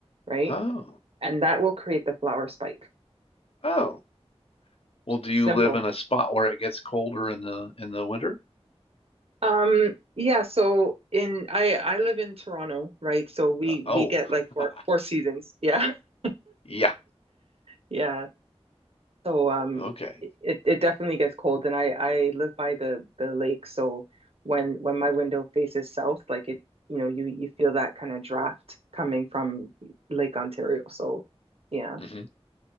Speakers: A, on the right; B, on the left.
A: right?
B: Oh.
A: And that will create the flower spike.
B: Oh. Well, do
A: Simple.
B: you live in a spot where it gets colder in the in the winter?
A: Um, yeah, so in I I live in Toronto, right? So we
B: Uh,
A: we
B: oh,
A: get like four
B: <laughs>
A: four seasons. Yeah. <laughs>
B: yeah.
A: Yeah. So um
B: Okay.
A: it it definitely gets cold and I I live by the the lake, so when when my window faces south, like it you know, you you feel that kind of draft coming from Lake Ontario. So yeah.
B: hmm